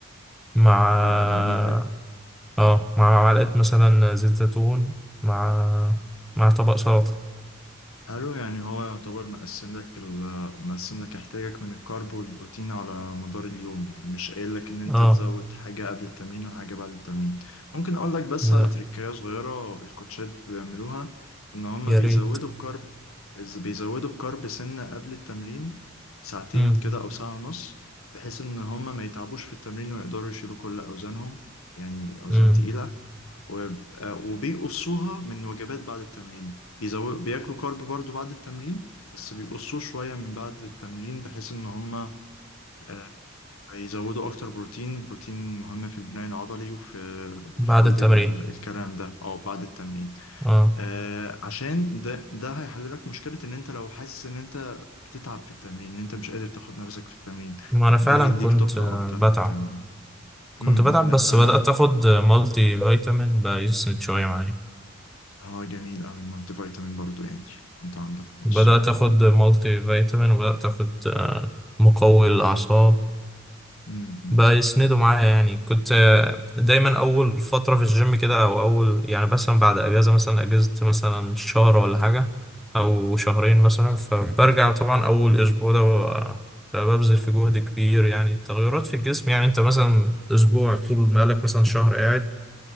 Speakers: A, in the centre; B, on the left (about 80°).
A: مع
B: اه ده جميل آه.
A: اه آه، مع معلقة مثلا زيت زيتون مع مع طبق سلطة
B: حلو يعني هو يعتبر مقسم لك ال- مقسم لك احتياجك من الكارب والبروتين على مدار اليوم يعني مش قايل لك ان انت
A: اه
B: تزود حاجة قبل التمرين ولا حاجة بعد التمرين ممكن اقول لك بس
A: لا
B: على تريكاية صغيرة الكوتشات بيعملوها ان هم
A: يا
B: بيزودوا
A: ريت
B: الكارب إز- بيزودوا الكارب سنة قبل التمرين ساعتين
A: مم.
B: كده او ساعة ونص بحيث ان هم ما يتعبوش في التمرين ويقدروا يشيلوا كل اوزانهم يعني اوزان
A: مم.
B: تقيلة ويبقى- وبيقصوها من وجبات بعد التمرين بيزو... بياكلوا كارب برضو بعد التمرين بس بيقصوه شوية من بعد التمرين بحيث إن هما آه، يزودوا أكتر بروتين بروتين مهم في البناء العضلي وفي وفي
A: بعد
B: كل
A: التمرين
B: ال- الكلام ده أو بعد التمرين
A: اه
B: آه، عشان ده ده هيحل لك مشكلة إن أنت لو حاسس إن أنت بتتعب في التمرين إن أنت مش قادر تاخد نفسك في التمرين
A: ما انا فعلا
B: ده هيديك
A: كنت
B: طاقة
A: آه،
B: أكتر
A: بتعب
B: في التمرين
A: كنت
B: امم
A: بتعب
B: لا
A: بس
B: اه
A: بدأت اخد مالتي فيتامين بقى يسند شوية معايا
B: آه، جميل أوي المالتي فيتامين برضو يعني كنت عندك نقص
A: بدأت اخد مالتي فيتامين وبدأت اخد آه، مقوي للأعصاب
B: امم
A: بقى يسندوا معايا يعني كنت آه، دايما اول فتره في الجيم كده او اول يعني مثلا بعد اجازه مثلا اجازه مثلا شهر ولا حاجه او شهرين مثلا فبرجع طبعا اول اسبوع ده ب- ببذل في جهد كبير يعني التغيرات في الجسم يعني انت مثلا اسبوع طول ما لك مثلا شهر قاعد